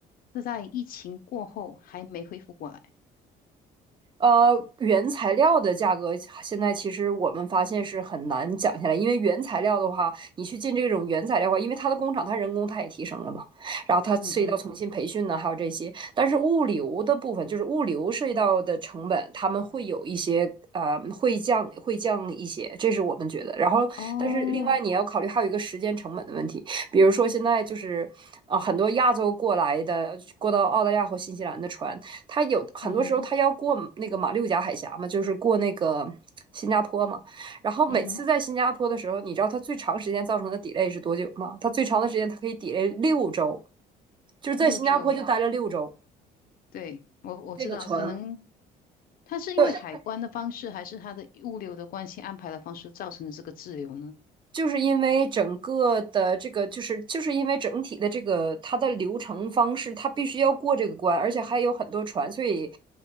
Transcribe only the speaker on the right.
呃，原材料的价格现在其实我们发现是很难讲下来，因为原材料的话，你去进这种原材料的话，因为它的工厂它人工它也提升了嘛，然后它涉及到重新培训呢，
还有这些。但是物流的部分，就是物流涉及到的成本，他们会有一些呃会降会降一些，这是我们觉得。然后，
但是另外你要考虑还有一个时间成本的问题，比如说现在就是呃很多亚洲过来的过到澳大利亚和新西兰的船，他有很多时候他要过那个马六甲海峡嘛，
就是过那个新加坡嘛。然后每次在新加坡的时候，
你知道他最长时间造成的 delay 是多久吗？他最长的时间他可以 delay 六周，就是在新加坡就待了六周。
这个船
对
就是因为整个的这个，就是就是因为整体的这个它的流程方式，它必须要过这个关，而且还有很多船，所以